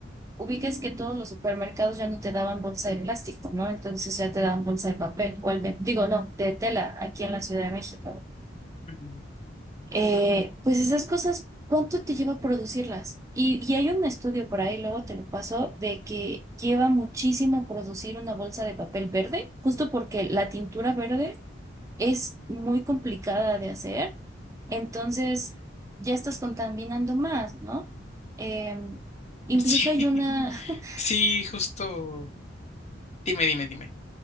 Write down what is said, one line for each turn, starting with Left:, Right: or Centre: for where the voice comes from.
Right: ubiques que todos los supermercados ya no te daban bolsa de plástico, ¿no? Entonces ya te daban bolsa de papel, o al ve- digo, no, de tela, aquí en la Ciudad de México.
Left: Ujú. <laughs>
Right: Eh, pues esas cosas, ¿cuánto te lleva producirlas? Y, y hay un estudio por ahí, luego te lo paso, de que lleva muchísimo producir una bolsa de papel verde, justo porque la tintura verde es muy complicada de hacer, entonces ya estás contaminando más, ¿no? Em, incluso
Left: Sí,
Right: hay una... <laughs>
Left: sí, justo. Dime, dime, dime.